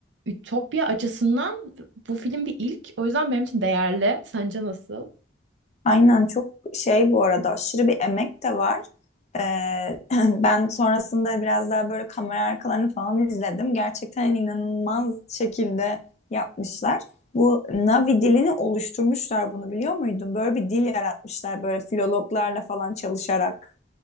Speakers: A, on the right (about 80°); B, on the left (about 40°).
A: ütopya açısından bu film bir ilk. O yüzden benim için değerli. Sence nasıl?
B: Aynen çok şey bu arada aşırı bir emek de var. Ee, <laughs> <clears throat> ben sonrasında biraz daha böyle kamera arkalarını falan izledim. Gerçekten hani inanılmaz şekilde yapmışlar. Bu Navi dilini oluşturmuşlar bunu biliyor muydun? Böyle bir dil yaratmışlar böyle filologlarla falan çalışarak.